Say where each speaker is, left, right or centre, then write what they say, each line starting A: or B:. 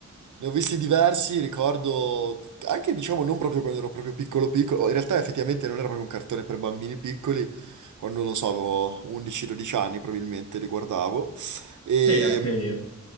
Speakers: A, on the right; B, on the left.
A: ne ho visti diversi, ricordo anche, diciamo, non proprio quando ero proprio piccolo piccolo, in realtà effettivamente non era proprio un cartone per bambini piccoli, quando, non so, avevo 11-12 anni probabilmente li guardavo, e,
B: Sì, anche
A: mm,
B: io.